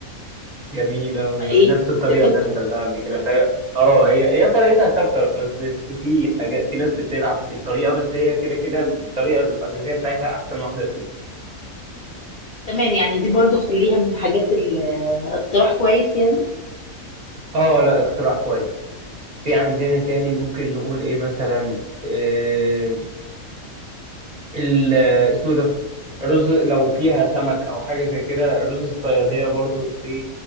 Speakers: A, on the right (about 40°); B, on the left (about 80°).
A: جميل قوي
B: فايه
A: نفس الطريقه
B: تفتكر
A: اللي انا اكلتها قبل كده فهي اه هي هي طريقتها ثابته بس في حاجات في ناس بتلعب في الطريقه بس هي كده كده الطريقه الاساسيه بتاعتها احسن واحده فيهم
B: تمام يعني دي برضو خليها من الحاجات ال- اقتراح كويس يعني
A: اه لا اقتراح كويس في عندنا تاني ممكن نقول ايه مثلا إيه ال اسمه ده رز لو فيها سمك او حاجه زي كده رز الصياديه برضو ايه